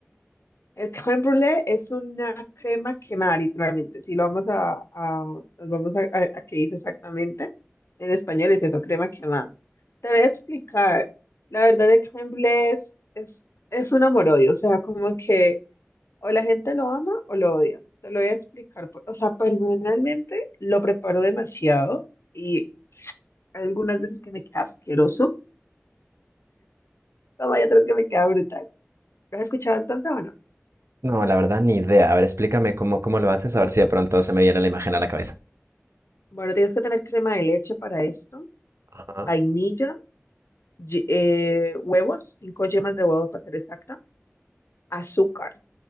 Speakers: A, on the left; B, on the right.
A: El crème brûlée es una crema quemada, literalmente. Si lo vamos a, a- nos vamos a, a, a qué dice exactamente, en español es eso, crema quemada. Te voy a explicar. La verdad, el crème brûlée es, es, es un amor-odio. O sea, como que o la gente lo ama o lo odia. Te lo voy a explicar. O sea, personalmente lo preparo demasiado y algunas veces que me queda asqueroso, pero hay otras que me queda brutal. ¿Lo has escuchado entonces o no?
B: No, la verdad, ni idea. A ver, explícame cómo, cómo lo haces, a ver si de pronto se me viene la imagen a la cabeza.
A: Bueno, tienes que tener crema de leche para esto.
B: Ajá,
A: vainilla, ye- eh, huevos, cinco yemas de huevo para ser exacta, azúcar.